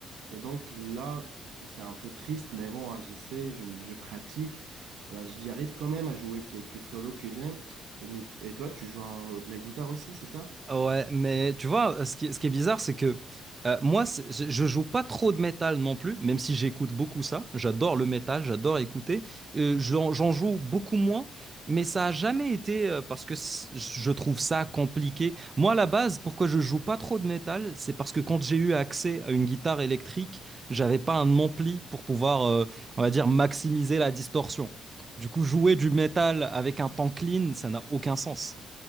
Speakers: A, on the right (about 80°); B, on the right (about 30°).
A: Et donc là, c'est un peu triste, mais bon, hein, j'essaie, je, je pratique. Ben, j'y arrive quand même à jouer quelques solos que j'aime. Et, mais- et toi, tu joues en- de la guitare aussi, c'est ça?
B: Ouais, mais tu vois, euh, ce qui, ce qui est bizarre, c'est que euh, moi, c'est- je, je joue pas trop de métal non plus, même si j'écoute beaucoup ça. J'adore le métal, j'adore écouter. Euh, j'en, j'en joue beaucoup moins, mais ça a jamais été euh, parce que c- je trouve ça compliqué. Moi, à la base, pourquoi je joue pas trop de métal, c'est parce que quand j'ai eu accès à une guitare électrique, j'avais pas un ampli pour pouvoir, euh, on va dire, maximiser la distorsion. Du coup, jouer du métal avec un temps clean, ça n'a aucun sens.